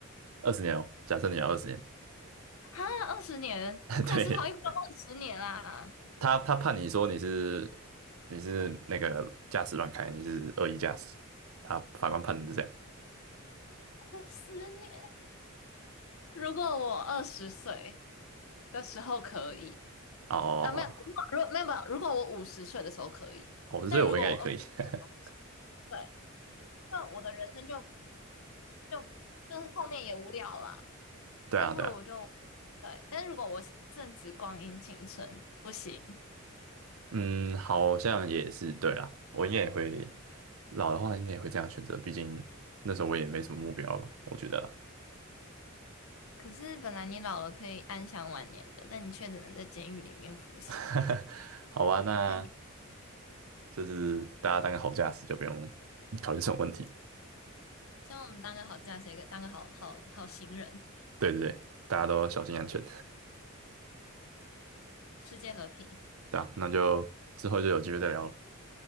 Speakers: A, on the right (about 75°); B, on the left (about 75°).
A: 二十年哦，假设你要二十年，
B: 啊，二十年，
A: <laughs>
B: 库斯陶应都二十年啦，
A: 对，他他判你说你是你是那个驾驶乱开，你是恶意驾驶，他法官判的是这样。
B: 二十年。如果我二十岁的时候可以
A: 哦，
B: 啊，没有，
A: 哦，
B: 如果如果没有没有，如果我五十岁的时候可以，
A: 哦哦所以我应该也可以。
B: 但如果我二十岁的时候不行，
A: <laughs>
B: 对，那我的人生就就就是后面也无聊了。
A: 对啊，
B: 那不如我就
A: 对啊。
B: 对，但如果我正值光阴青春，不行。
A: 嗯，好像也是对啦，我应该也会老的话，应该也会这样选择，毕竟那时候我也没什么目标吧，我觉得啦。
B: 可是本来你老了可以安享晚年的，但你却只能在监狱里面服刑。
A: <laughs> 好吧，那
B: 那也
A: 就是大家当个好驾驶，就不用考虑这种问题。
B: 希望我们当个好驾驶，一个当个好好好行人。
A: 对对对，大家都小心安全。
B: 世界和平。
A: <laughs> 对啊，那就之后就有机会再聊了。